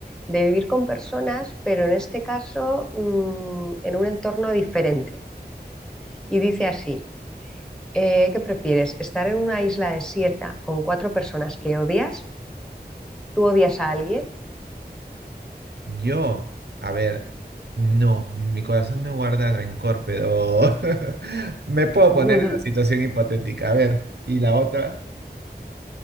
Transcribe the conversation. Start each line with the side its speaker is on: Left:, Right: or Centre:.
Centre: de vivir con personas, pero en este caso mm, en un entorno diferente. Y dice así, eh, ¿qué prefieres? ¿Estar en una isla desierta con cuatro personas que odias? ¿Tú odias a alguien?
Right: Yo, a ver, no, mi corazón no guarda rencor, pero <laughs> me puedo
Centre: <laughs>
Right: poner en la situación hipotética. A ver, ¿y la otra?